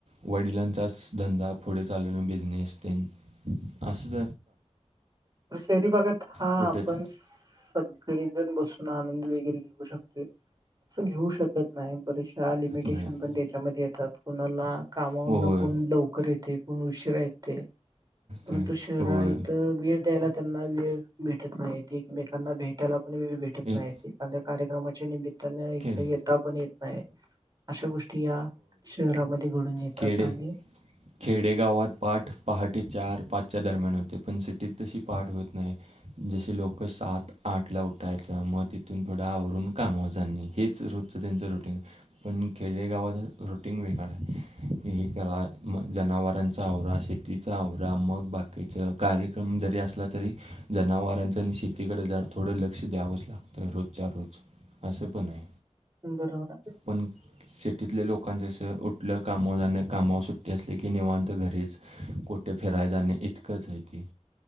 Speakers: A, on the right; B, on the right.
A: वडिलांचाच धंदा पुढे चाललेला बिझनेस ते. अच्छा!
B: शहरी भागात हा
A: कुठे
B: आपण
A: तर
B: सग. सगळी बसून आनंद वगैरे घेऊ शकते, तसं घेऊ शकतो. नाही बरेचशा लिमिटेशन
A: नाहीत
B: पण त्याच्यामध्ये येतात, कोणाला कामाउन
A: होय
B: कोण लवकर येते. कोण उशिरा येते.
A: ते
B: तो शहरा
A: होय
B: इथं वेळ द्यायला त्यांना वेळ भेटत नाही. एकमेकांना भेटायला पण वेळ भेट भेटत नाही.
A: एक
B: एखाद्या कार्यक्रमाच्या निमित्ताने इकडे
A: खेडे
B: येता पण येत नाही. अशा गोष्टी या शहरामध्ये घडून येतात.
A: केेड.
B: आणि
A: खेडेगावात पाहाट पहाटे चार पाचच्या दरम्यान होते पण सिटीत तशी पाहाट होत नाही. जसे लोक सात आठ ला उठायच मग तिथून पुढं आवरून कामाव जाने. अस त्यांचं रुटीन, पण खेडेगावात रुटीन वेगळाय हे कळा मग जनावरांचा आवरा शेतीचा आवरा मग बाकीच कार्यक्रम जरी असला तरी. जनावरांचं आणि शेतीकडे जरा थोडं लक्ष द्यावंच लागतंय रोजच्या रोज. असं पण ये.
B: बरोबर
A: पण सिटीतल्या लोकां कसं उठलं कामावर जाणे कामावर सुट. सुट्टी असली की निवांत घरीच, कोठे फिराय जाणे इतकंच हाय ते.